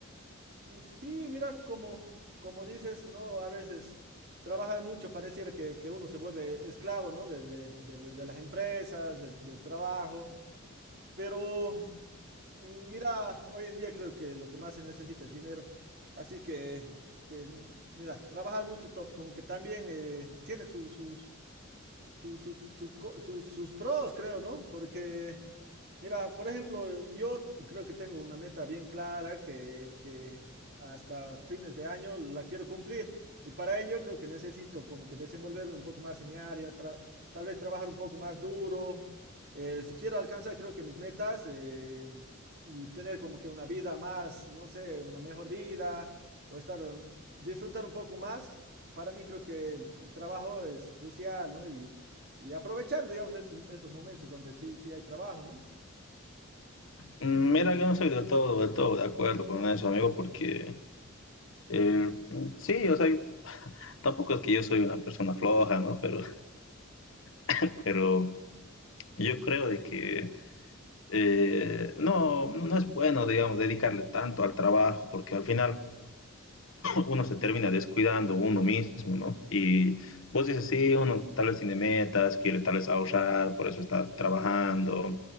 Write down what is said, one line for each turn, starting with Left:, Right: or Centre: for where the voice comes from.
Right: Y sí, mira, como, como dices, ¿no? A veces trabajar mucho pareciera que, que uno se vuelve esclavo, ¿no? De, de, de- de las empresas, del del trabajo, pero... Mm, Mira, hoy en día creo que lo que más se necesita es dinero, así que, que, mira, trabajar mucho to- como que también eh, tiene sus, sus, sus, sus, sus co- sus- sus pros, creo, ¿no? Porque, mira, por ejemplo, yo creo que tengo una meta bien clara que, que hasta fines de año la quiero cumplir. Y para ello creo que necesito como que desenvolverme un poco más en mi área, tra- tal vez trabajar un poco más duro. Eh, si quiero alcanzar, creo que mis metas eh, y tener como que una vida más, no sé, una mejor vida o estar, disfrutar un poco más, para mí creo que el el trabajo es crucial, ¿no? Y, y aprovechar, digamos, estos, estos momentos donde sí, sí hay trabajo, ¿no?
Left: Mm, Mira, yo no soy del todo, del todo de acuerdo con eso, amigo, porque eh, sí, o sea, yo- <laughs> tampoco es que yo soy una persona floja, ¿no? Pero, <laughs> pero yo creo de que eh, no, no es bueno, digamos, dedicarle tanto al trabajo, porque al final uno se termina descuidando uno mismo, ¿no? Y vos dices, sí, uno tal vez tiene metas, quiere tal vez ahorrar, por eso está trabajando,